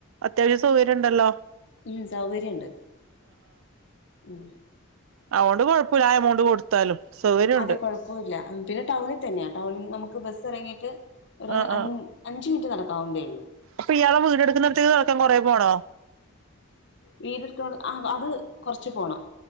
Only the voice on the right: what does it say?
അത്യാവശ്യം സൗകര്യം ഉണ്ടല്ലോ
അതോണ്ട് കുഴപ്പുല്ല ആ എമൗണ്ട് കൊടുത്താലും. സൗകര്യമുണ്ട്
ആഹ്
അപ്പ ഇയാളെ വീടെടുക്കിന്നടത്തേക്ക് നടക്കാൻ കൊറെ പോണോ?